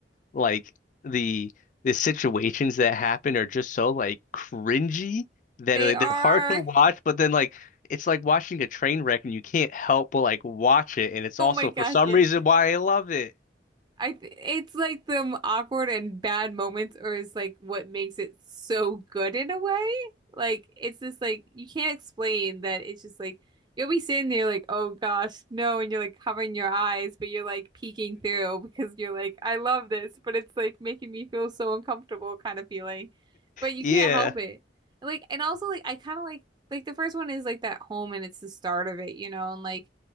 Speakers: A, on the left (about 45°); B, on the right (about 25°).
A: like the the situations that happen are just so like cringy that
B: they
A: like,
B: are.
A: they're hard to watch,
B: <laughs>
A: but then like it's like watching a train wreck and you can't help but like watch it and it's
B: Oh
A: also
B: my gosh,
A: for some
B: yes.
A: reason why I love it.
B: I th it's like the awkward and bad moments, or is like what makes it so good in a way. Like it's just like you can't explain that. It's just like you'll be sitting there like, oh gosh, no, and you're like covering your eyes, but you're like peeking through <laughs> because you're like, I love this, but it's like making me feel so uncomfortable kind of feeling. But you
A: Yeah,
B: can't help it. Like and also like I kind of like like the first one is like that home and it's the start of it, you know, and like